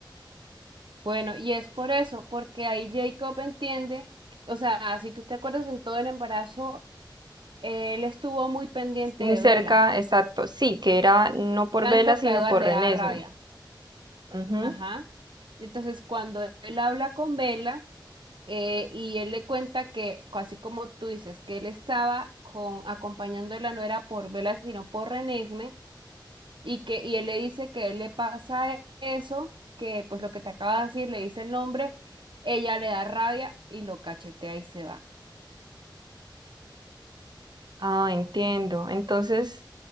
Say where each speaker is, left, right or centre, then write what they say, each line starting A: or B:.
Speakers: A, on the right (about 75°); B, on the right (about 60°).
A: Bueno, y es por eso, porque ahí Jacob entiende, o sea, si tú te acuerdas en todo el embarazo, él estuvo muy pendiente
B: Muy
A: de
B: cerca,
A: Vela,
B: exacto, sí, que era no por
A: tanto
B: Vela, sino
A: que a Edward
B: por
A: le
B: Renesme.
A: daba rabia.
B: Ujú.
A: Ajá. Entonces, cuando él habla con Vela, Eh, y él le cuenta que, así como tú dices, que él estaba con, acompañándola no era por Vela, sino por Renesme, y que, y él le dice que él le pasa e- eso, que pues lo que te acaba de decir, le dice el nombre, ella le da rabia y lo cachetea y se va.
B: Ah, entiendo. Entonces,